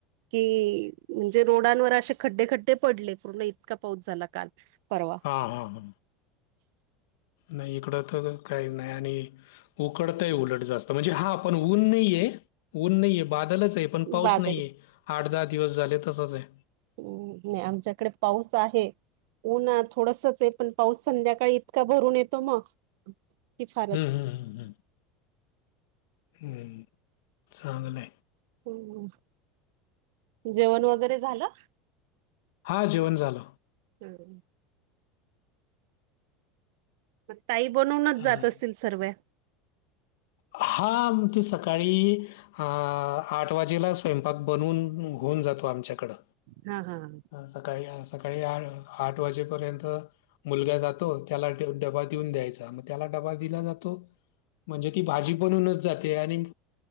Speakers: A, on the right; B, on the left.
A: कि म्हणजे रोडांवर असे खड्डे खड्डे पडले पूर्ण इतका पाऊस झाला काल. परवा
B: हां हां हां नाही इकडं तर काही नाही आणि उकडतय उलट जास्त. म्हणजे हा पण ऊन नाहीये ऊन नाहीये बादलच आहे. पण पाऊस
A: बादल
B: नाहीये आठ दहा दिवस झाले तसच आहे.
A: हम् नाही आमच्याकडे पाऊस आहे. ऊन ना थोडसच आहे पण पाऊस संध्याकाळी इतका भरून येतो मग की फारच
B: हम्म हम्म हम् हम् ह् चांगलंय
A: ह जेवण वगैरे झालं
B: हा जेवण झालं
A: <unintelligible> ताई बनूनच
B: अं,
A: जात असतील सर्वे
B: हा आमची सकाळी अ आठ वाजेला स्वयंपाक बनवून होऊन जातो आमच्याकडं
A: हा हा हा
B: सकाळी सकाळी आठ आठ वाजेपर्यंत मुलगा जातो त्याला डबा देऊन द्यायचा म त्याला डबा दिला जातो म्हणजे. ती भाजी बनूनच जाते. आणि